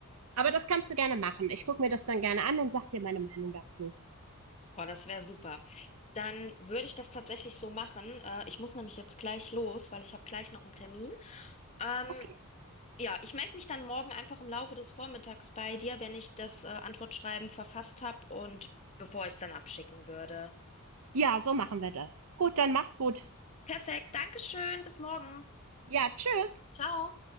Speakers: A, on the right; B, on the left.
A: aber das kannst du gerne machen. Ich gucke mir das dann gerne an und sag dir meine Meinung dazu.
B: Boah, das wäre super. Dann würde ich das tatsächlich so machen. Äh, ich muss nämlich jetzt gleich los, weil ich habe gleich noch einen Termin. Ähm,
A: Okay.
B: Ja, ich melde mich dann morgen einfach im Laufe des Vormittags bei dir, wenn ich das äh, Antwortschreiben verfasst habe und bevor ich es dann abschicken würde.
A: Ja, so machen wir das. Gut, dann mach's gut.
B: Perfekt, Dankeschön, bis morgen.
A: Ja, tschüss.
B: Ciao.